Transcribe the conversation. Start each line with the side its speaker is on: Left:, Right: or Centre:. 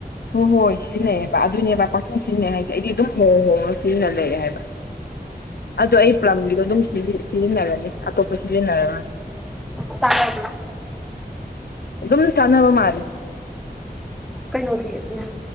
Left: ꯍꯣꯏ ꯍꯣꯏ ꯁꯤꯖꯤꯟꯅꯩꯑꯦꯕ ꯑꯗꯨꯅꯦꯕ ꯀꯣꯆꯤꯟ ꯁꯤꯖꯤꯟꯅꯩ ꯍꯥꯏꯁꯦ ꯑꯩꯗꯤ ꯑꯗꯨꯝ ꯍ ꯍꯣꯏ ꯁꯤꯅ ꯂꯩꯔꯦ ꯍꯥꯏꯕ ꯑꯣ ꯑꯩ ꯄꯂꯝꯒꯤꯗꯣ ꯑꯗꯨꯝ ꯁꯤꯖꯤꯟꯅꯔꯅꯤ ꯑꯇꯣꯞꯄ ꯁꯤꯖꯤꯟꯅꯔꯔ
Centre: ꯆꯉ ꯑꯗꯨ
Left: ꯑꯗꯨꯝ ꯆꯥꯟꯅꯕ ꯃꯥꯜꯂꯦ
Centre: ꯀꯩꯅꯣꯒꯤ ꯎꯝ